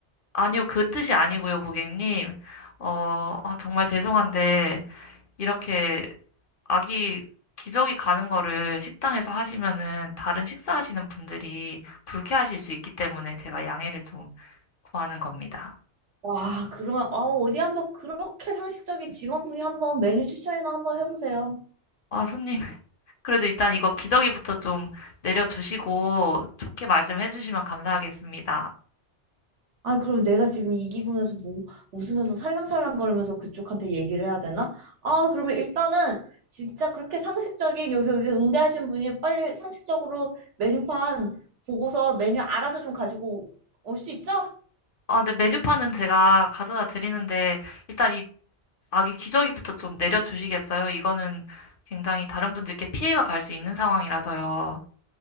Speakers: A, on the left; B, on the right.
A: 아니요, 그 뜻이 아니고요, 고객님. 어, 아, 정말 죄송한데 이렇게 아기 기저귀 가는 거를 식당에서 하시면은 다른 식사하시는 분들이 불쾌하실 수 있기 때문에 제가 양해를 좀 구하는 겁니다.
B: 와, 그러면, 아, 어디 한번 그렇게 상식적인 직원분이 한번 메뉴 추천이나 한번 해보세요.
A: 아, 손님. <laughs> 그래도 일단 이거 기저귀부터 좀 내려주시고 좋게 말씀해 주시면 감사하겠습니다.
B: 아, 그럼 내가 지금 이 기분에서 뭐 웃으면서 살랑살랑거리면서 그쪽한테 얘기를 해야 되나? 아, 그러면 일단은 진짜 그렇게 상식적인 여기 여기 응대하신 분이 빨리 상식적으로 메뉴판 보고서 메뉴 알아서 좀 가지고 올 수 있죠?
A: 아, 네, 메뉴판은 제가 가져다 드리는데 일단 이 아기 기저귀부터 좀 내려주시겠어요? 이거는 굉장히 다른 분들께 피해가 갈 수 있는 상황이라서요.